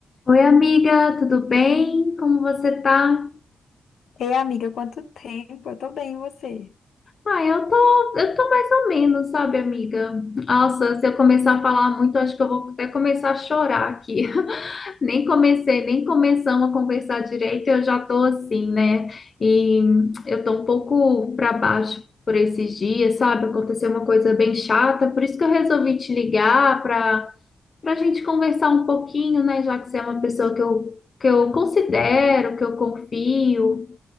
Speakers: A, on the left; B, on the left.
A: Oi, amiga, tudo bem? Como você tá?
B: Ei, amiga, quanto tempo? Eu tô bem, e você?
A: Ah, eu tô, eu tô mais ou menos, sabe, amiga? Nossa, se eu começar a falar muito, acho que eu vou até começar a chorar aqui. <laughs> Nem comecei, nem começamos a conversar direito, eu já tô assim, né? E hum, eu tô um pouco pra baixo por esses dias, sabe? Aconteceu uma coisa bem chata, por isso que eu resolvi te ligar pra, pra gente conversar um pouquinho, né? Já que você é uma pessoa que eu, que eu considero, que eu confio.